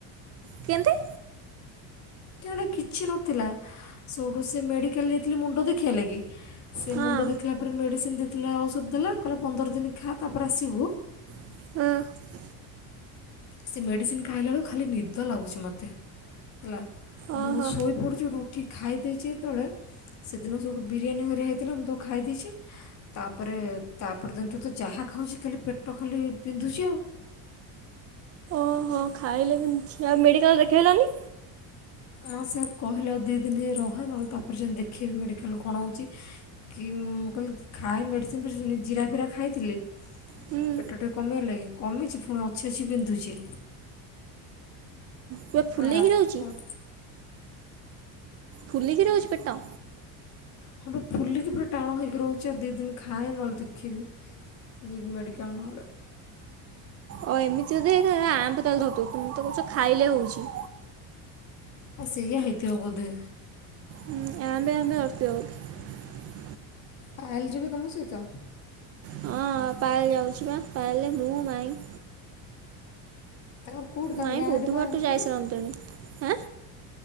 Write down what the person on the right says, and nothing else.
କେମିତି,
ହଁ
ହୁଁ,
ଓହୋ
ଓହୋ ଖାଇଲେ ବିନ୍ଧୁଛି ଆ ମେଡିକାଲ ଦେଖେଇଲନି?
ହୁଁ
ପୁରା ଫୁଲେଇକି
ରହୁଛି ଫୁଲିକି ରହୁଛି ପେଟ।
ଓ ଏମିତି ଯଦି ହେଇଥିବ ଆମ୍ବ ତାହେଲେ ଧରିଥିବ ତମେ ତ କହୁଛ ଖାଇଲେ ହଉଛି।
ହଁ ଆମ୍ୱେ ଆମ୍ୱେ ଧରିଥିବ ବୋଧେ।
ହଁ ପାଏଲ ଯାଉଛି ବା ପାଏଲ ମୁଁ ମାଇଁ।
ମାଇଁ
ବୁଧବାରଠୁ
ଯାଇସାରନ୍ତେଣି
ଆଁ